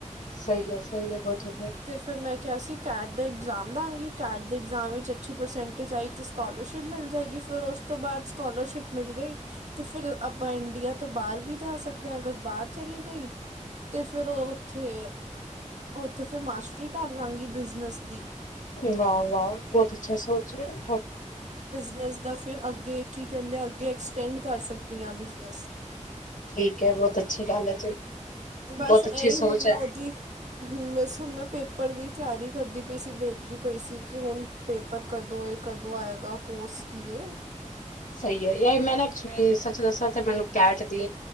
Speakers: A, on the left; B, on the right.
A: ਸਹੀ ਐ ਸਹੀ ਐ ਬਹੁਤ ਵ
B: ਤੇ ਫਿਰ ਮੈਂ ਕਿਹਾ ਸੀ। ਕੈਟ ਦਾ ਇਗਜ਼ਾਮ ਦਾਂਗੀ ਕੈਟ ਦੇ ਇਗਜ਼ਾਮ ਵਿੱਚ ਅੱਛੀ ਪਰਸੈਂਟੇਜ ਆਈ ਤੇ ਸਕੋਲਰਸ਼ਿਪ ਮਿਲ ਜਾਏਗੀ ਫਿਰ ਉਸ ਤੋਂ ਬਾਅਦ ਸਕੋਲਰਸ਼ਿਪ ਮਿਲ ਗਈ ਤੇ ਫਿਰ ਆਪਾਂ ਇੰਡੀਆ ਤੋਂ ਬਾਹਰ ਵੀ ਜਾ ਸਕਦੇ ਹਾਂ ਅਗਰ ਬਾਹਰ ਚਲੀ ਗਈ ਤੇ ਫੇਰ ਉਹ ਉੱਥੇ ਤੇ ਫਿਰ ਮਾਸਟਰੀ ਕਰ ਲਾਂਗੀ ਬਿਜਨਸ ਦੀ
A: ਵਾਹ ਵਾਹ ਬਹੁਤ ਅੱਛਾ ਸੋਚ ਰਹੇ
B: ਨਸ ਦਾ ਫਿਰ ਅੱਗੇ ਕੀ ਕਹਿੰਦੇ ਅੱਗੇ ਐਕਸਟੈਂਡ ਕਰ ਸਕਦੀ ਬਿਜ਼ਨਸ
A: ਠੀਕ ਹੈ ਬਹੁਤ ਅੱਛੀ ਗੱਲ ਹੈ ਜੀ
B: ਬਸ
A: ਬਹੁਤ
B: ਇਹੀ
A: ਅੱਛੀ ਸੋਚ
B: ਹੁਣ ਮੈਂ
A: ਹੈ
B: ਉਹਦੀ ਹੂੰ ਬਸ ਹੁਣ ਮੈਂ ਪੇਪਰ ਦੀ ਤਿਆਰੀ ਕਰਦੀ ਪਈ ਸੀ ਦੇਖਦੀ ਪਈ ਸੀ ਕਿ ਹੁਣ ਪੇਪਰ ਕਦੋਂ ਏ ਕਦੋਂ ਆਏਗਾ ਕੋਰਸ ਕੀ ਏ।
A: ਸਹੀ ਹੈ ਯਾਰ ਮੈਂ ਨਾ ਐਕਚੁਲੀ ਸੱਚ ਦੱਸਾਂ ਤੇ ਮੈਨੂੰ ਕੈਟ ਦੀ